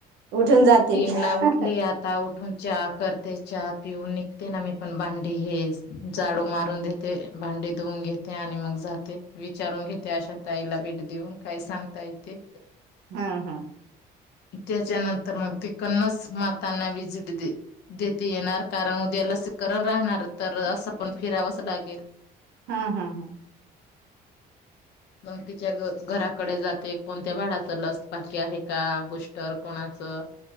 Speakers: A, on the right; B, on the left.
A: उठून जातील
B: तीन ला उठली
A: हा
B: आता उठून च्या कर. ते हा पिऊन निघते ना मी पण भांडी हे जाडू मारून देते भांडी धूऊन घे ते आणि मग जाते विचारून घेते अशात ताईला भेट देऊन काय सांगताय ते.
A: हां हां.
B: त्याच्यानंतर मग ते कन्नस मातांना व्हिजिट दे देेते येणार कारण उद्या लसीकरण राहणार तर असं पण फिरावंच लागेल.
A: हां हां हां.
B: मग तिच्या घ घराकडे जाते कोणत्या भाडाच लस बाकी आहे का बुस्टर कोन नाचं.